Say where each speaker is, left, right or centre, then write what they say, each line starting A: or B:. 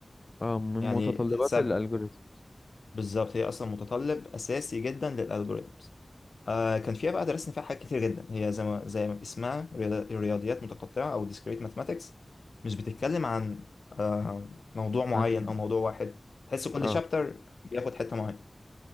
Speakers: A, on the left (about 40°); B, on the left (about 85°).
A: اه من
B: يعني
A: متطلبات
B: تحسب
A: الالجوريزم
B: بالظبط هي اصلا متطلب اساسي جدا للالجوريزمز آه كان فيها بقى درسنا فيها حاجات كتير جدا هي زي ما زي ما اسمها رياض- رياضيات متقطعه او discrete mathematics مش بتتكلم عن آه موضوع معين
A: عن
B: او موضوع واحد تحس كل
A: اه
B: شابتر بياخد حته معينه